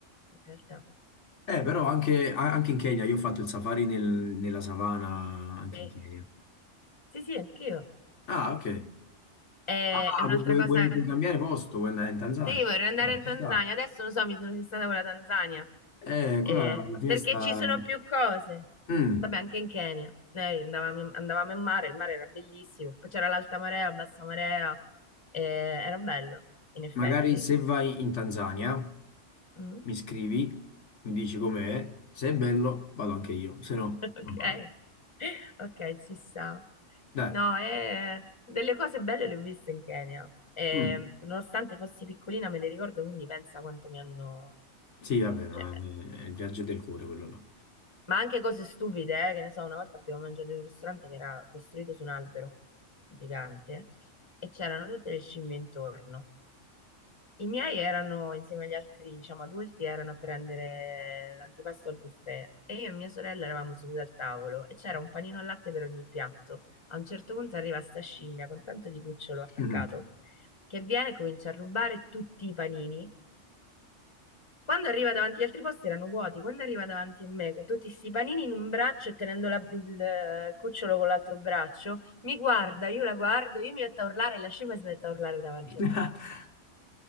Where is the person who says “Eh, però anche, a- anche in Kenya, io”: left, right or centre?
Left